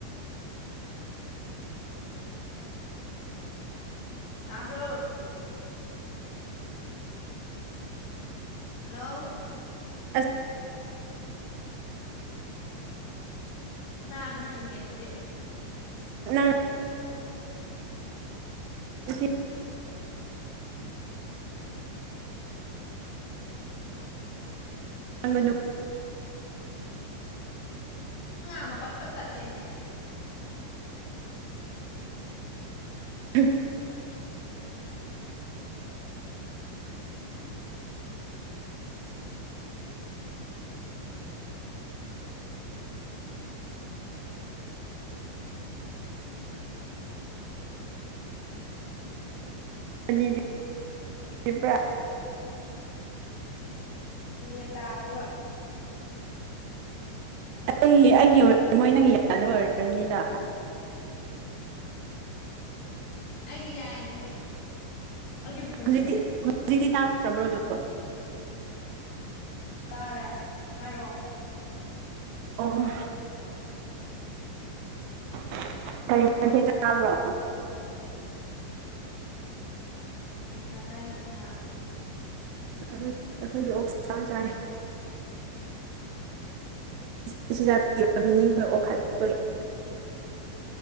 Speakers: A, on the left; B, on the right.
A: ꯇꯥꯕ꯭ꯔꯣ ꯍꯜꯂꯣ
B: ꯑꯁ
A: ꯅꯕꯤ ꯅꯪ ꯅꯠꯇꯨꯗꯤ
B: ꯅꯪ ꯁꯤ <unintelligible>
A: ꯉꯥꯡꯅ ꯄꯠꯄꯠ ꯇꯠꯂꯃꯦ
B: ꯎꯝ <unintelligible>
A: ꯅꯦꯇꯥꯗꯨꯒ
B: ꯑꯩ ꯑꯩꯒꯤ ꯑꯣꯏ ꯃꯣꯏ ꯅꯪ ꯌꯥꯗꯕ ꯑꯣꯏꯔꯅꯤꯗ
A: ꯑꯩꯒꯤ ꯌꯥꯏꯃꯤ ꯑꯩꯒꯤ ꯐꯨꯜꯅꯦ
B: ꯍꯧꯖꯤꯛꯇꯤ ꯍꯧꯖꯤꯛꯇꯤ ꯇꯥꯛꯈ꯭ꯔꯕ꯭ꯔꯣ ꯑꯗꫭ
A: ꯇꯥꯔꯦ ꯍꯥꯏꯔꫭ
B: ꯑꯣ <unintelligible>
A: ꯌꯦꯟꯁꯥ ꯆꯥꯏ ꯌꯦꯟꯁꯥ
B: ꯑꯩꯈꯣꯏ ꯑꯩꯈꯣꯏꯗꯤ <unintelligible> ꯁꯥꯖꯥꯏ <unintelligible>